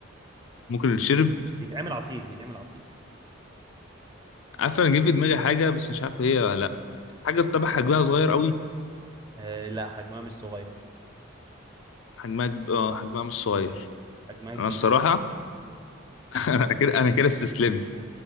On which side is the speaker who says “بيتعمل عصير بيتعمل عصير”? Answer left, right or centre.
Right